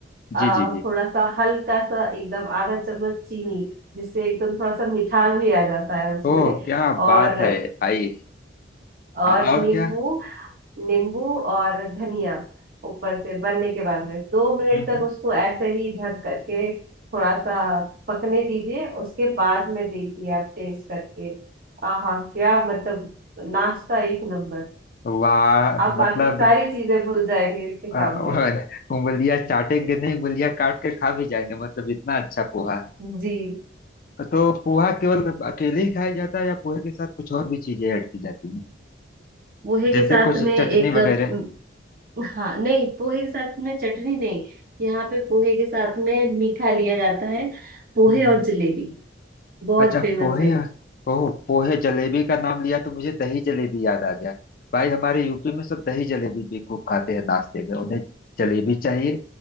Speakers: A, on the left; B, on the right.
A: जी
B: अ,
A: जी जी
B: थोड़ा सा हल्का सा एकदम आधा चम्मच चीनी जिससे एकदम थोड़ा सा मिठास भी आ जाता है उसमें
A: ओह क्या
B: और
A: बात है भाई
B: और
A: हाँ और
B: नींबू
A: क्या
B: नींबू और धनिया ऊपर से बनने के बाद में दो मिनट
A: हम्म
B: तक
A: हम्म
B: उसको ऐसे ही ढक करके थोड़ा सा पकने दीजिए उसके बाद में देखिए आप टेस्ट करके आहा क्या मतलब नाश्ता एक नंबर
A: वाह
B: आप
A: मतलब
B: बाकी सारी चीजें भूल जाएंगे इसके सामने
A: अ, <laughs> उंगलियां चाटेंगे नहीं उंगलियां काट के खा भी जाएंगे मतलब इतना अच्छा पोहा
B: जी
A: तो पोहा केवल अकेले ही खाया जाता है या पोहे के साथ कुछ और भी चीजें ऐड की जाती हैं
B: पोहे
A: जैसे
B: के साथ
A: कुछ
B: में एक
A: चटनी
B: अम,
A: वगैरह
B: हाँ नहीं पोहे के साथ में चटनी नहीं यहाँ पे पोहे के साथ में मीठा लिया जाता है पोहे
A: हम्म
B: और जलेबी बहुत
A: अच्छा
B: फेमस
A: पोहे
B: है
A: ओह पोहे जलेबी का नाम लिया तो मुझे दही जलेबी याद आ गया भाई हमारे यूपी में सब दही जलेबी भी खूब खाते हैं नाश्ते में उन्हें जलेबी चाहिए